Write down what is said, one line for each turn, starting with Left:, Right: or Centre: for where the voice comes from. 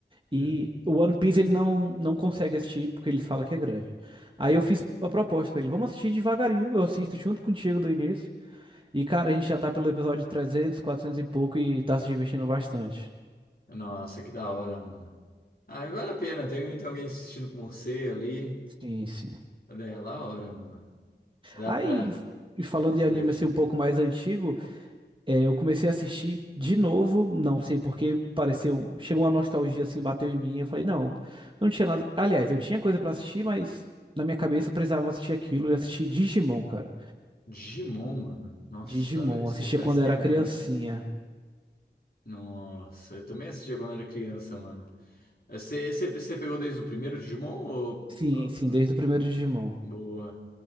Right: E
Left: hum,
Right: o One Piece ele não não consegue assistir porque ele fala que é grande. Aí
Left: hum.
Right: eu fiz a proposta pra ele, vamos assistir devagarinho, eu assisto junto contigo do início. E cara, a gente já tá pelo episódio 300, 400 e pouco e tá se divertindo bastante.
Left: Nossa, que da hora, mano. Ah, vale a pena, tem, tem alguém assistindo com você ali.
Right: Sim, sim.
Left: Olha, é da hora, mano. Dá
Right: Aí,
Left: pra
Right: e falando
Left: se divertir.
Right: de anime assim um pouco mais antigo, é, eu comecei a assistir de novo, não sei porque pareceu, chegou uma nostalgia assim, bateu em mim, eu falei, não, não tinha nada. Aliás, eu tinha coisa pra assistir, mas na minha cabeça eu precisava assistir aquilo e assisti Digimon, cara.
Left: Digimon, mano. Nossa,
Right: Digimon,
Left: esse
Right: assistia
Left: faz
Right: quando
Left: tempo,
Right: eu era criancinha.
Left: hein? Nossa, eu também assistia quando era criança, mano. Você você- você pegou desde o primeiro Digimon ou...
Right: Sim,
Left: ou-
Right: sim, desde o primeiro Digimon.
Left: Boa.